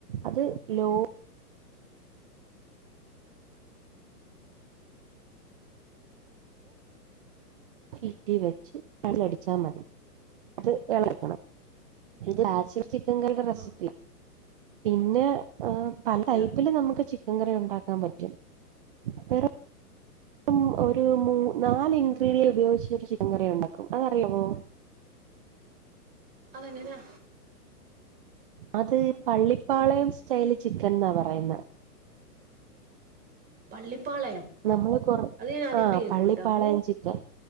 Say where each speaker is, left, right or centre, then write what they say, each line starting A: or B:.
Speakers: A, on the right; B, on the right.
A: അത് ലോ കേറ്റി വെച്ച് രണ്ട് അ ടിച്ചാ മതി അത് എളക്കണം <unintelligible> ങ്കൽടെ റെസിപ്പിയാ.
B: ഓക്കെ
A: പിന്നെ ഏഹ് പല
B: ഓക്കെ
A: ടൈപ്പില്
B: ഓക്കെ
A: നമുക്ക് ചെ ചിക്കൻ കറി ഉണ്ടാക്കാൻ പറ്റും. വേറെ ഉം ഒരൂ മൂ നാല് ഇൻഗ്രീഡിയൻ ഉപയോഗിച്ച് ഒരു ചിക്കൻകറിയൊണ്ടാക്കും. അതറിയാവോ?
B: അതെങ്ങനാ?
A: അത് പള്ളിപ്പാളയം സ്റ്റൈല് ചിക്കൻന്നാ പറയുന്നേ.
B: പള്ളിപ്പാളയം
A: നമ്മള് കൊർ
B: അത് ഞാൻ ആദ്യമായിട്ട്
A: ആഹ്
B: കേക്കുവാട്ടോ
A: പള്ളിപ്പാളയം ചിക്കൻ.